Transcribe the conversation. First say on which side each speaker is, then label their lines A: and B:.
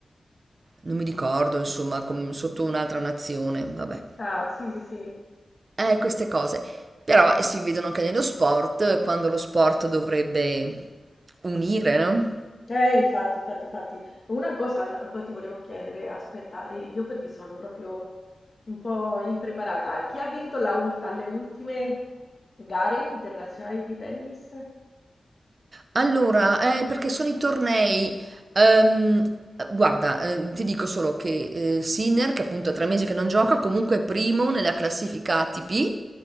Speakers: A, on the right; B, on the left.
A: non mi ricordo, insomma, com- sotto un'altra nazione, vabbè.
B: Ah, sì, sì, sì.
A: Eh, queste cose. Però eh, si vedono anche nello sport, quando lo sport dovrebbe unire, no?
B: Eh, infatti, infatti, infatti. Una cosa l- poi ti volevo chiedere, aspetta, e io perché sono proprio un po' impreparata. Chi ha vinto la ul- alle ultime gare internazionali di tennis?
A: Allora, eh, perché sono i tornei. Ehm, guarda, eh, ti dico solo che eh, Sinner, che appunto ha tre mesi che non gioca, comunque è primo nella classifica ATP